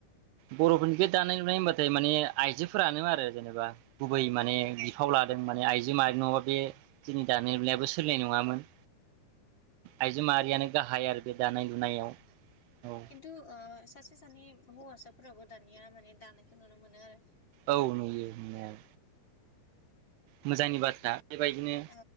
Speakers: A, on the right; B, on the left.
A: बर'फोरनि बे दानाय लुनाय होम जाय माने आइजोफोरानो आरो जेनेबा गुबै
B: औ
A: माने बिफाव लादों माने आइजो माहारि नङाबा बे जोंनि दानाय लुनायाबो सोलिनाय नङा मोन।
B: औ
A: आयजो माहारियानो गाहाय आरो बे दानाय लुनायाव औ
B: खिन्थु ओ सासे सानै हौवासाफोराबो दानिया माने दानायखौ नुनो मोनो आरो।
A: औ नुयो नुनायालाय। मोजांनि बाथ्रा। बेबायदिनो
B: औ